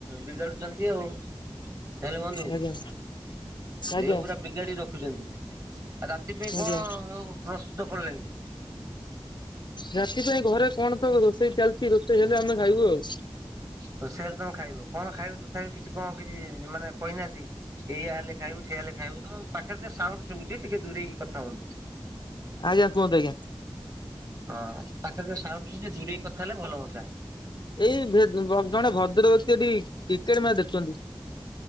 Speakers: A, on the right; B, on the left.
A: ବିଗାଡୁଚନ୍ତି ଆଉ ହେଲ ବନ୍ଧୁ
B: ଆଜ୍ଞା ଆଜ୍ଞା
A: ଦେହ ପୁରା ବିଗାଡି ରଖ ଖୁଚନ୍ତି ରାତି ପାଇଁ କଣ
B: ଆଜ୍ଞା
A: ଆଉ ପ୍ରସ୍ତୁତ କଲେଣି?
B: ରାତି ପାଇଁ ଘରେ କଣ ସବୁ ରୋଷେଇ ଚାଲିଛି? ରୋଷେଇ ହେଲେ ଆମେ ଖାଇବୁ ଆଉ।
A: ରୋଷେଇ ହେଲେ ତମେ ଖାଇବ। କଣ ଖାଇବ ତଥାପି କିଛି କଣ କିଛି ମାନେ କହିନାହାନ୍ତି? ଏଇୟା ହେଲେ ଖାଇବୁ ସେଇୟା ହେଲେ ଖାଇବୁ ତମ ପାଖରେ ଟିକେ ସାଉଣ୍ଡ ଶୁଭୁଛି ଟିକେ ଦୂରେଇକି କଥା ହୁଅନ୍ତୁ।
B: ଆଜ୍ଞା କୁହନ୍ତୁ ଆଜ୍ଞା।
A: ହଁ ପାଖରେ ଯୋଉ ସାଉଣ୍ଡ ଶୁଭୁଚି ଦୂରେଇ କଥା ହେଲେ ଭଲ ହୁଅନ୍ତା।
B: ଏଇ ବେ ବ ଜଣେ ଭଦ୍ର ବ୍ୟକ୍ତି ଏଠି କ୍ରିକେଟ ମ୍ୟାଚ ଦେଖୁଛନ୍ତି।